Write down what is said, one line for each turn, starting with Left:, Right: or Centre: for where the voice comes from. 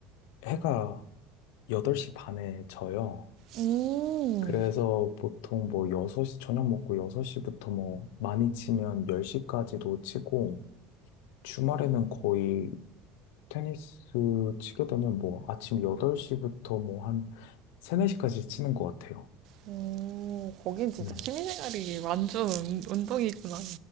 Left: 해가 8시 반에 져요.
Right: 음.
Left: 그래서 보통 뭐 여섯 시 저녁 먹고 6시부터 뭐 많이 치면 10시까지도 치고, 주말에는 거의 테니스 치게 되면 뭐 아침 8시부터 뭐 한 3, 4시까지 치는 것 같아요.
Right: 오, 거긴 진짜
Left: 네.
Right: 취미생활이 완전 운- 운동이구나.